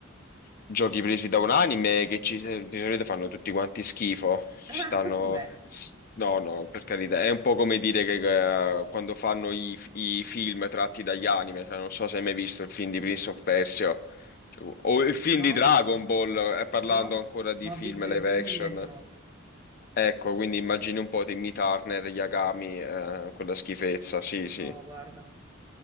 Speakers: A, on the left (about 45°); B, on the right (about 15°).
A: giochi presi da un anime che ci, di solito fanno tutti quanti schifo. Ci
B: Ah,
A: stanno...
B: <laughs> bene.
A: No, no, per carità, è un po' come dire che eh, quando fanno i, i film tratti dagli anime, cioè, non so se hai mai visto il film di Prince of Persia cioè, o il film
B: No,
A: di Dragon Ball, eh, parlando
B: no,
A: ancora di
B: ma
A: film
B: ho visto
A: live
B: il film
A: action.
B: di Death Note.
A: Ecco, quindi immagini un po' Timmy Turner, Yagami, eh, quella schifezza, sì, sì.
B: No, guarda.